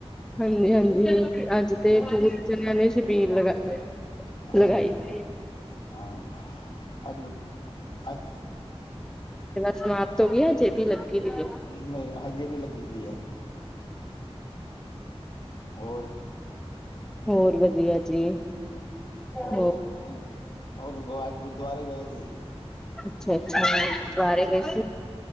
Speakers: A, in the centre; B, on the left (about 50°).
A: ਹਾਂਜੀ-ਹਾਂਜੀ, ਅੱਜ ਤੇ
B: ਹਾਂਜੀ
A: ਬਹੁਤ ਜਾਣੇ ਆ ਨੇ ਸ਼ਬੀਲ ਲਗਾ
B: ਹਾਂਜੀ
A: ਲਗਾਈ ਸੀ।
B: ਹਾਂ, ਅਜ ਅੱਜ
A: <inaudible> ਅਜੇ ਵੀ ਲੱਗੀ ਹੋਈ।
B: ਨਹੀਂ, ਹਜੇ ਵੀ ਲੱਗੀ ਦੀ ਹੈ। ਹੋਰ?
A: ਹੋਰ ਵਧੀਆ ਜੀ।
B: ਔਰ
A: ਹੋਰ
B: ਔਰ ਵ ਵ ਆਜ ਗੁਰਦੁਆਰੇ ਗਏ ਸੀ।
A: ਅੱਛਾ-ਅੱਛਾ ਗੁਰੂਦਆਾਰੇ ਗਏ ਸੀ।